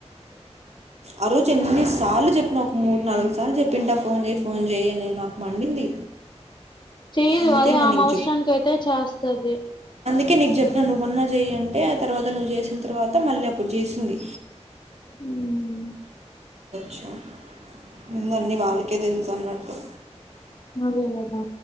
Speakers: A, on the right (about 65°); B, on the left (about 40°).
A: ఆ రోజు ఎన్నిసార్లు చెప్పిన ఒక మూడు నాలుగు సార్లు చెప్పింటా ఫోన్ చేయి ఫోన్ చేయి అని నాకు మండింది
B: చెయ్యదు
A: అందుకే
B: అదే
A: ఇంకా
B: ఆ
A: నీకు
B: మవసరానికి అయితే చేస్తది
A: ఓకే నీకు చెప్పినా నువ్వు మోన్నా చేయి అంటే ఆ తర్వాత నువ్వు చేసిన తర్వాత మళ్ళీ అప్పుడు చేసింది
B: ఉమ్
A: చ్చుంద అన్నీ వాళ్ళకే తెలుసు అన్నట్టు
B: అదే కదా